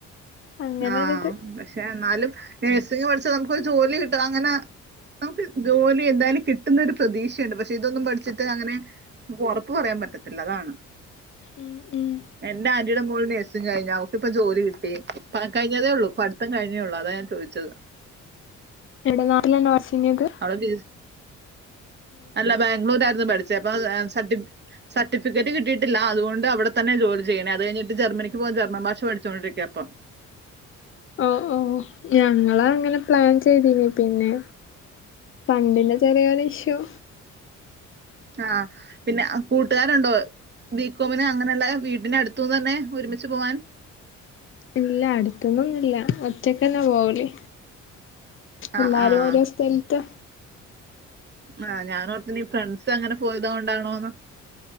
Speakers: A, on the left; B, on the right.
A: അങ്ങനൊരിത്
B: ആഹ പക്ഷെ എന്നാലും നഴ്സിംഗ പഠിച്ചാൽ നമുക്ക്രു ജോലി കിട്ടും അങ്ങനെ നമുക്ക് ജോലി എന്തായാലും കിട്ടുന്നരു പ്രതീക്ഷയുണ്ട് പക്ഷെ ഇതൊന്നും പഠിച്ചിട്ട് അങ്ങനെ ഉറപ്പ് പറയാൻ പറ്റത്തില്ല അതാണ്
A: ഉം ഉം
B: എന്റെ ആന്റീുടെ മോളു നഴ്സിംഗ് കഴിഞ്ഞു അവുക്ക് ഇപ്പോ ജോലി കിട്ടി കഴിഞ്ഞതേ ഉള്ളൂ പഠിത്തം കഴിഞ്ഞേ ഉള്ളൂ അതാണ് ഞാൻ ചോദിച്ചത്
A: എവിടെ നാട്ടിലന്ന വച്ചങ്ങിയത്
B: അവളെ ബി- അല്ല ബാംഗ്ലൂര ആായിരുന്നു പഠിച്ച ചിലപ്പമാ സർഫ സർട്ടിഫിക്കേറ്റ് കിട്ടിയി ില്ല അതുകൊണ്ട് അവിടെ തന്നെ ജോലി ചെയ്യണ അത് കഴിഞ്ഞിട്ട് ജർമ്മനിക്ക് പോവാൻ ജർമ്മൻ ഭാഷ പഠിച്ചുകൊണ്ടിരിക്കയ അപ്പം ഉ <unintelligible>
A: ഓ ഓ ഞങ്ങ അങ്ങനെ പ്ലാൻ ചെയ്തിന് പിന്നെ ഫണ്ടിന്റെ ചെറിയൊരു ഇഷ്യു
B: ആഹ് പിന്നെ കൂട്ടുകാരുണ്ടോ ബീക്കോമിന് അങ്ങനല്ലാതെ വീട്ടിന് അടുത്തുന്നെന്നെ ഒരുമിച്ച് പോവാൻ
A: ഇല്ല അടുത്തൊന്നും ഇല്ല ഒറ്റക്കെന്നെ പോവല്
B: ആഹ്
A: എല്ലാരും
B: ആഹ്
A: ഓരോ സ്ഥല്ത്ത
B: ആ ഞാനോർത്ത് നീ ഫ്രണ്ട്സ് അങ്ങനെ പോയത് കൊണ്ടാണോന്ന്